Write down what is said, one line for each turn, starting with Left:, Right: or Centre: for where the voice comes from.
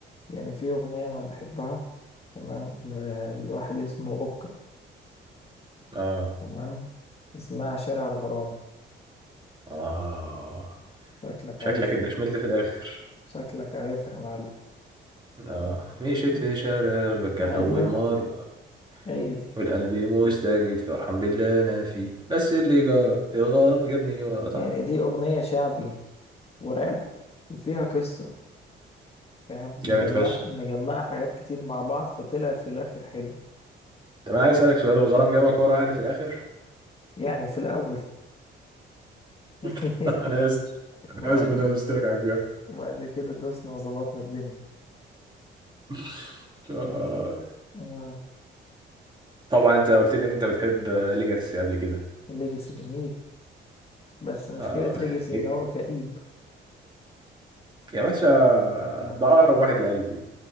Left: يعني في اغنية انا بحبها تمام ل- لواحد اسمه اوكا
Right: اه
Left: تمام اسمها شارع الغرام
Right: اه
Left: شكلك
Right: شكلك
Left: عارفها
Right: انت شملت في الاخر
Left: شكلك عارفها يا معلم
Right: اه مشيت
Left: مم.
Right: في شارع كان
Left: ايوه
Right: اول مرة
Left: هي دي
Right: والقلب مستجد فرحان بالله انا فيه بس اللي جرى الغرام جابني ورا صح
Left: يعني دي اغنية شعبي وراب وفيها قصة فاهم مجمع
Right: جامد فشخ
Left: مجمعة حاجات كتير مع بعض فطلعت في الاخر حلوة
Right: طب انا عايز اسالك سؤال الغرام جابك ورا يعني في الاخر
Left: يعني في الاول <laughs>
Right: <laughs> انا اسف
Left: وبعد
Right: انا اسف إن انا
Left: ك-
Right: قلت لك على الجرح
Left: وبعد كده دوسنا وظبطنا الدنيا
Right: <laughs> آه،
Left: فاهم آه.
Right: طبعا انت قلت لي إن انت بتحب ليجاسي قبل كده
Left: الليجاسي جميل بس
Right: اخ
Left: مشكلة ليجاسي
Right: ليج-
Left: ان هو كئيب
Right: يا باشا
Left: فاهم
Right: ده اقرب واحد لقلبي